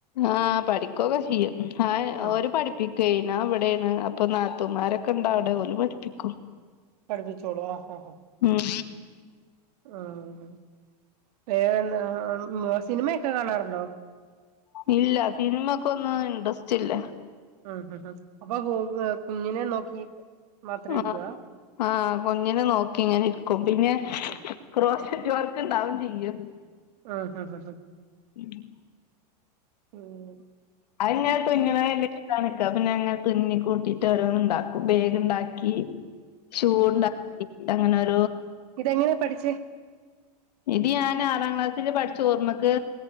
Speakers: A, on the left; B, on the right.
A: ആഹ് പഠിക്കൊക്കെ ചെയ്യും ആഹ്
B: ഉം
A: ഓരു പഠിപ്പി ക്കെയ്യണെ. ഞാൻ ഇവിടെണ് അപ്പൊ നാത്തുമാരൊക്കെ ഉണ്ട് അവിടെ. അപ്പോ ഓല് പഠിപ്പിക്കും
B: പഠിപ്പിച്ചോളും ആഹ് ഹ
A: ഉം
B: ആഹ് വേറെന്താ സിനിമയൊക്കെ കാണാറുണ്ടോ
A: ഇല്ല സിനിമക്കൊന്നും ഇന്ട്രസ്റ്റ് ഇല്ല
B: ഉം ഹ് ഹ് അപ്പൊ കു കുഞ്ഞിനേം നോക്കി മാത്രം ഇരിക്കുവാ
A: ആഹ് ആഹ് കുഞ്ഞിനെ നോക്കി ഇങ്ങനെ ഇരിക്കും പിന്നെ
B: ഉം
A: ക്രോ നെറ്റ് വർക്ക് ഉണ്ടാവും ചെയ്യും
B: ആഹ് ഹ് ഹ് ഹ്
A: <unintelligible>
B: മ്മ്
A: അത് ഞാൻ തുന്നണ കണ്ടിട്ട് പിന്നെ ഇങ്ങനെ തുന്നി കൂട്ടിട്ട് ഓരോന്ന് ഉണ്ടാക്കും ബേഗ് ഉണ്ടാക്കി ഷൂണ്ടാക്കി അങ്ങനെ ഓരോ
B: ഇതെങ്ങനാ പഠിച്ചേ
A: ഇത് ഞാൻ ആറാം ക്ലാസ്സില് പഠിച്ച ഓർമ്മക്ക്